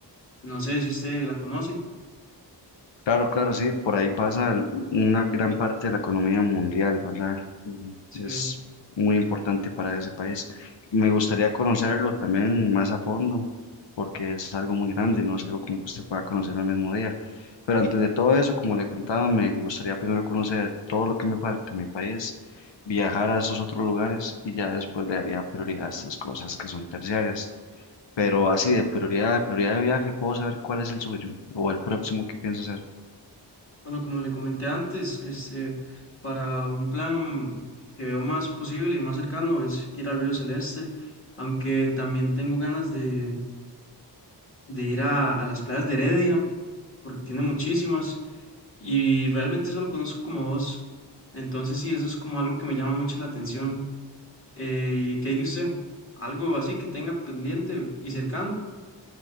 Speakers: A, on the left; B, on the left.
A: No sé si usted la conoce.
B: Claro, claro, sí, por ahí pasa el- una gran parte de la economía mundial, ¿verdad? Y
A: Sí.
B: es muy importante para ese país. Me gustaría conocerlo también más a fondo, porque es algo muy grande, no es algo como que usted pueda conocer el mismo día. Pero antes de todo eso, como le contaba, me gustaría primero conocer todo lo que me falta en mi país, viajar a esos otros lugares y ya después le daría prioridad a estas cosas que son terciarias. Pero así
A: Ah,
B: de prioridad, de prioridad de viaje, puedo saber cuál es el suyo o el próximo que piensa hacer.
A: Bueno, como le comenté antes, este, para un plan que veo más posible y más cercano es ir al Río Celeste, aunque también tengo ganas de, de ir a, a las playas de Heredia, porque tiene muchísimas, y realmente solo conozco como dos. Entonces sí, eso es como algo que me llama mucho la atención. Eh, ¿y qué hay de usted? Algo así que tenga pendiente y cercano.